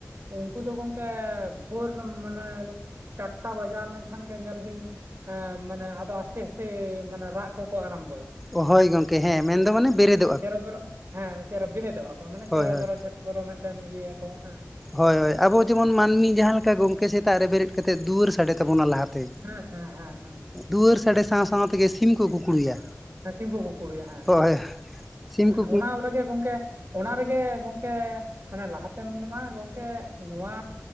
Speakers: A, on the right; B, in the centre.
A: ᱩᱱᱠᱩ ᱫᱚ ᱜᱚᱝᱠᱮ ᱵᱷᱳᱨ ᱢᱟᱱᱮ ᱪᱟᱨᱴᱟ ᱵᱟᱡᱟᱣ ᱞᱮᱱᱠᱷᱟᱱ ᱜᱮ ᱧᱮᱞ ᱵᱤᱱ ᱮᱸᱻ ᱢᱟᱱᱮ ᱟᱫᱚ ᱟᱥᱛᱮ ᱟᱥᱛᱮ ᱢᱟᱱᱮ ᱨᱟᱜ ᱠᱚᱠᱚ ᱟᱨᱟᱢᱵᱚᱭᱟ᱾
B: ᱚᱳᱭ ᱜᱚᱝᱠᱮ ᱦᱮᱸ ᱢᱮᱱᱫᱚ ᱢᱟᱱᱮ ᱵᱮᱨᱮᱫ
A: ᱪᱮᱨᱚᱵᱮᱨᱚᱜ ᱦᱮᱸ ᱪᱮᱨᱚ ᱵᱤᱨᱮᱫᱚᱜᱼᱟ ᱠᱚ ᱢᱟᱱᱮ
B: ᱦᱳᱭ
A: ᱪᱮᱨᱚᱵᱮᱨᱚ
B: ᱦᱳᱭ
A: ᱪᱮᱨᱚᱵᱮᱨᱚ ᱢᱤᱫᱴᱮᱱ ᱤᱭᱟᱹᱭᱟᱠᱚ ᱦᱮᱸ
B: ᱦᱳᱭ ᱦᱳᱭ
A: ᱦᱮᱸ
B: ᱟᱵᱚ ᱡᱮᱢᱚᱱ ᱢᱟᱹᱱᱢᱤ ᱡ ᱦᱚᱭ ᱦᱚᱭ ᱟᱵᱚ ᱡᱮᱢᱚᱱ ᱢᱟᱱᱢᱤ ᱡᱟᱦᱟ ᱞᱮᱠᱟ ᱤᱮᱛᱟᱜ ᱨᱮ ᱵᱮᱨᱮᱫ ᱠᱟᱛᱮ ᱫᱩᱣᱟᱨ ᱥᱟᱲᱮ ᱛᱟᱠᱚᱱ ᱞᱮ ᱠᱟᱛᱮᱮᱫ ᱫᱩᱣᱟᱹᱨ ᱥᱟᱰᱮ ᱛᱟᱵᱚᱱᱟ ᱞᱟᱦᱟᱛᱮ
A: ᱦᱮᱸ ᱦᱮᱸ ᱦᱮᱸ ᱦᱮᱸ
B: ᱫᱩᱣᱟᱹᱨ ᱥᱟᱲᱮ ᱥᱟᱶ ᱥᱟᱶᱛᱮᱜᱮ ᱥᱤᱢ ᱠᱚᱠᱚ ᱠᱩᱠᱲᱩᱭᱟ᱾
A: ᱦᱮᱸ ᱥᱤᱢ ᱠᱚᱠᱚ ᱠᱩᱲᱩᱭᱟ ᱦᱮᱸ
B: ᱦᱳᱭ ᱥᱤᱢ
A: ᱦᱮᱸ,
B: ᱠᱚ
A: ᱚᱱᱟ ᱨᱮᱜᱮ ᱜᱚᱝᱠᱮ ᱚᱱᱟ ᱨᱮᱜᱮ ᱜᱚᱝᱠᱮ, ᱢᱟᱱᱮ ᱞᱟᱦᱟ ᱛᱮᱢ ᱢᱟ ᱜᱚᱝᱠᱮ ᱱᱚᱣᱟ